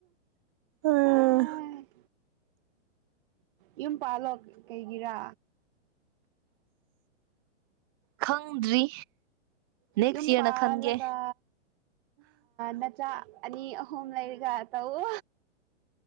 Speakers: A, on the right; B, on the right.
A: ꯎꯝ
B: ꯑꯥꯏ ꯌꯨꯝ ꯄꯥꯂꯣꯛ ꯀꯩꯒꯤꯔꯥ
A: ꯈꯪꯗ꯭ꯔꯤ ꯅꯦꯛꯁ
B: ꯌꯨꯝ
A: ꯌꯔꯅ
B: ꯄꯥꯜꯂꯒ
A: ꯈꯟꯒꯦ
B: ꯅꯆꯥ ꯑꯅꯤ ꯑꯍꯨꯝ ꯂꯩꯔꯤ ꯌꯥ ꯇꯕꯨ